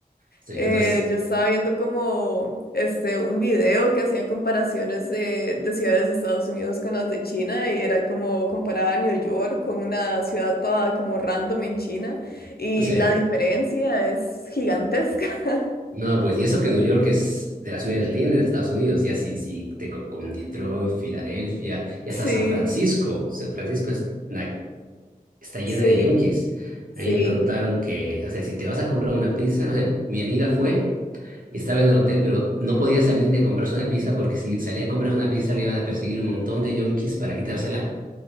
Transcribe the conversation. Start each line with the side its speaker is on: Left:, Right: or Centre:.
Right: Estoy
Left: eh,
Right: viendo es,
Left: yo estaba viendo como este un video que hacía comparaciones de, de ciudades de Estados Unidos con las de China y era como comparaba a New York con una ciudad toda como random en China y
Right: no sé,
Left: la diferencia es gigantesca. <laughs>
Right: no, pues, y eso que New York es de las ciudades lindas de Estados Unidos, ya si, si te co- con Detroit, Filadelfia, y
Left: Sí,
Right: hasta San Francisco, San Francisco es una está llena
Left: sí,
Right: de yonkis.
Left: sí.
Right: A mí me contaron que, o sea, si te vas a comprar una pizza, o sea, mi amiga fue, estaba en el hotel, pero no podía salir ni a comprarse una pizza porque si salía a comprarse una pizza le iban a perseguir un montón de yonkis para quitársela.